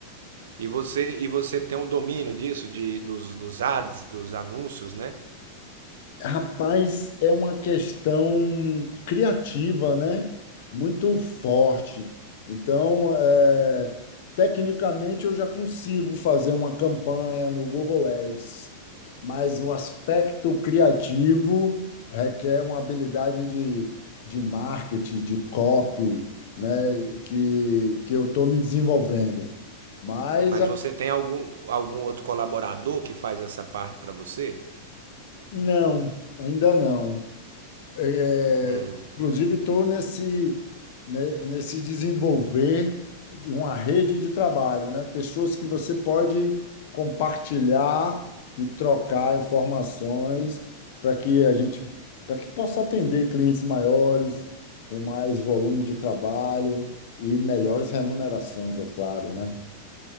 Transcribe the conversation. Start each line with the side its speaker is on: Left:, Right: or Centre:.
Right: E você, e você tem um domínio disso, de, dos, dos ads, dos anúncios, né?
Left: Rapaz, é uma questão criativa, né? Muito forte. Então, é, tecnicamente, eu já consigo fazer uma campanha no Google Ads, mas o aspecto criativo requer uma habilidade de, de marketing, de copy, né? Que, que eu estou me desenvolvendo. Mas
Right: Mas
Left: a-
Right: você tem algum, algum outro colaborador que faz essa parte para você?
Left: não, ainda não. É,
Right: Hum.
Left: inclusive, estou nesse, né, nesse desenvolver de uma rede de trabalho, né? Pessoas que você pode compartilhar e trocar informações para que a gente, para que possa atender clientes maiores, com mais volume de trabalho e melhores remunerações, é claro, né?